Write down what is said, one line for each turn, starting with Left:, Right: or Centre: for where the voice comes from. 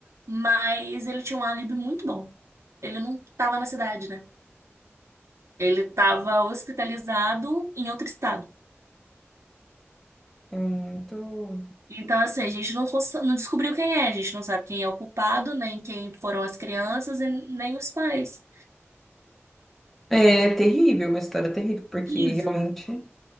Right: mas ele tinha um álibi muito bom. Ele não estava na cidade, né? Ele estava hospitalizado em outro estado.
Centre: É muito
Right: Então, assim, a gente não, cons- não descobriu quem é, a gente não sabe quem é o culpado, nem quem foram as crianças e nem os pais
Centre: É terrível, uma história terrível, porque
Right: horrível.
Centre: realmente,